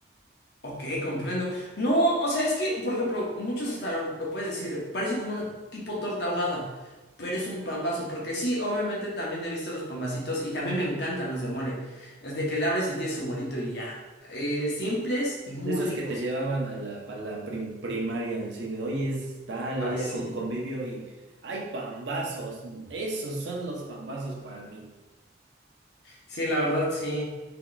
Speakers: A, on the left (about 60°); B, on the right (about 65°).
A: ok, comprendo. No, o sea, es que, por ejemplo, muchos hasta lo, lo puedes decir, parece como una tipo torta ahogada, pero es un pambazo, porque sí, obviamente también he visto los pambacitos y también me encantan los de mole. Es de que le abres y tienes su molito y ya. Eh, simples y muy
B: De esos
A: ricos.
B: que te llevaban a la, a la prim- primaria, así de hoy es tal,
A: Ay,
B: hoy hay
A: sí.
B: con convivio y hay pambazos. Esos son los pambazos para mí.
A: Sí, la verdad, sí.